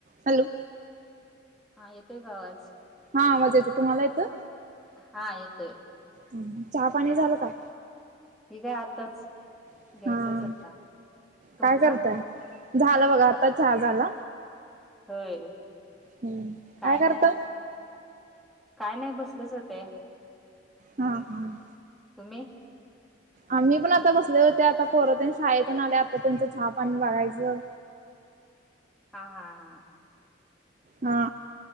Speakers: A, on the right; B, in the centre.
A: Hello...
B: हा येतोय का आवाज?
A: हा आवाज याचं तुम्हाला येतं.
B: हा येतोय.
A: ह चहा पाणी झालं का?
B: हि काय आताच
A: हा
B: घ्यायचच आता तुमचा.
A: काय करताय? झालं बघा आताच चहा झाला.
B: होय
A: हम्म
B: काय
A: करता?
B: नाही. काय नाही बसलेच होते.
A: हम हम.
B: तुम्ही.
A: आम्ही पण आता बसले होते आता पोरं तेन शाळेतून आले आता त्यांचं हा पाणी बघायचं.
B: हा हा हा.
A: हा